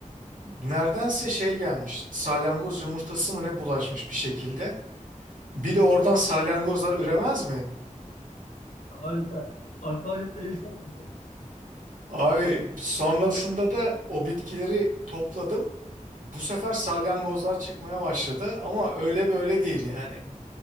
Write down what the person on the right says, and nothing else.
neredense şey gelmiş. Salyangoz yumurtası mı ne bulaşmış bir şekilde. Bir de oradan salyangozlar üremez mi?
Abi sonrasında da o bitkileri topladım. Bu sefer salyangozlar çıkmaya başladı ama öyle böyle değil yani.